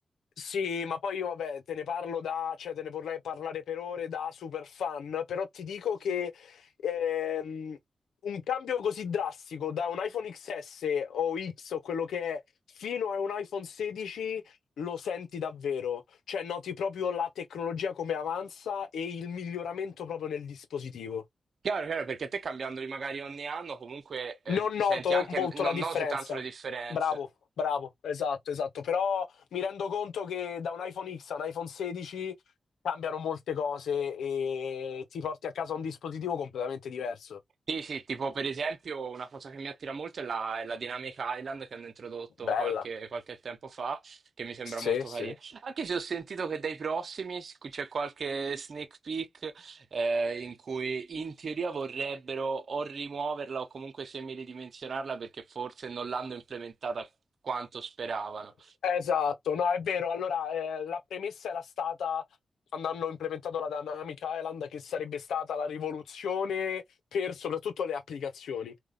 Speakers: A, on the left; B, on the right.
A: Sì, ma poi io vabbè, te ne parlo da, cioè te ne vorrei parlare per ore da super fan, però ti dico che ehm, un cambio così drastico da un iPhone XS o X o quello che è fino a un iPhone 16 lo senti davvero, cioè noti proprio la tecnologia come avanza e il miglioramento proprio nel dispositivo.
B: Chiaro, chiaro, perché te cambiandoli magari ogni anno comunque eh,
A: Non noto
B: senti anche,
A: molto
B: non
A: la differenza.
B: noti tanto le differenze.
A: Bravo, bravo, esatto, esatto. Però mi rendo conto che da un iPhone X a un iPhone 16 cambiano molte cose e ti porti a casa un dispositivo completamente diverso.
B: Sì, sì, tipo per esempio una cosa che mi attira molto è la, è la Dynamic Island che hanno introdotto
A: Bella,
B: qualche, qualche tempo fa, che mi sembra
A: sì,
B: molto
A: sì.
B: carina. Anche se ho sentito che dai prossimi s- c'è qualche sneak peek eh, in cui in teoria vorrebbero o rimuoverla o comunque semiridimensionarla perché forse non l'hanno implementata quanto speravano.
A: Esatto, no, è vero. Allora, eh, la premessa era stata, quando hanno implementato la Dynamic Island, che sarebbe stata la rivoluzione per soprattutto le applicazioni.